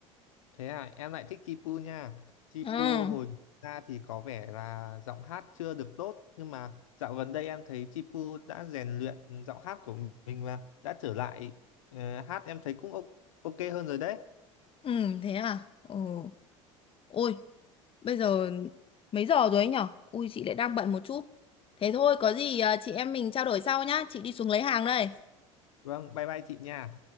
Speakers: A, on the left; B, on the left.
A: Thế à, em lại thích Chipu nha. Chipu
B: Ừ,
A: hồi ra thì có vẻ là giọng hát chưa được tốt nhưng mà dạo gần đây em thấy Chipu đã rèn luyện giọng hát của mình và đã trở lại ờ, hát em thấy cũng ok ok hơn rồi đấy.
B: ừ thế à. Ồ, ôi, bây giờ mấy giờ rồi ấy nhở? Ui chị lại đang bận một chút. Thế thôi, có gì ờ, chị em mình trao đổi sau nhá. Chị đi xuống lấy hàng đây.
A: Vâng, bye bye chị nha.